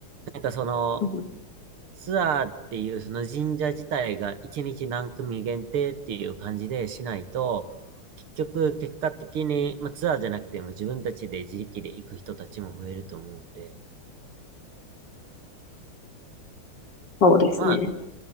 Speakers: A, on the right; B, on the left.
A: なんかその、
B: うん
A: ツアーっていうその神社自体が一日何組限定っていう感じでしないと、結局結果的に、まあ、ツアーじゃなくても自分たちで自力で行く人たちも増えると思うんで、
B: そうですね。
A: ま